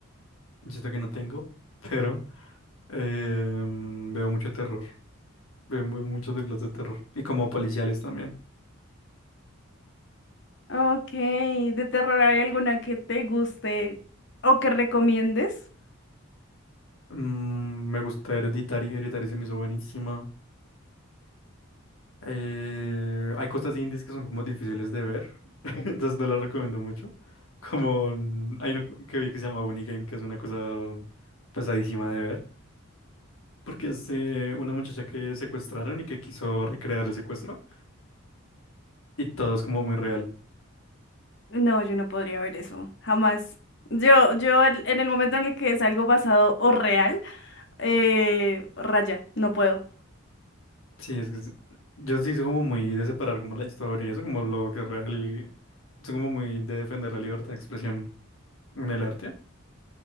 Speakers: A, on the left; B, on the left.
A: Yo Siento que no tengo, <laughs> pero em, veo mucho terror. Veo mu- muchas películas de terror. Y como policiales también.
B: Ok, ¿de terror hay alguna que te guste o que recomiendes?
A: Mm, me gusta Hereditary, Hereditary se me hizo buenísima. Eh, hay cosas indies que son como difíciles de ver, <laughs> entonces no las recomiendo mucho. Como mm, hay una que vi que se llama Bunny Game, que es una cosa pesadísima de ver. Porque es eh, una muchacha que secuestraron y que quiso recrear el secuestro. Y todo es como muy real.
B: No, yo no podría ver eso, jamás. Yo, yo en en el momento en el que es algo basado o real, eh, raya, no puedo.
A: Sí, es que es- yo sí soy como muy de separar como la historia y eso, como lo que es real y soy como muy de defender la libertad de expresión en el arte.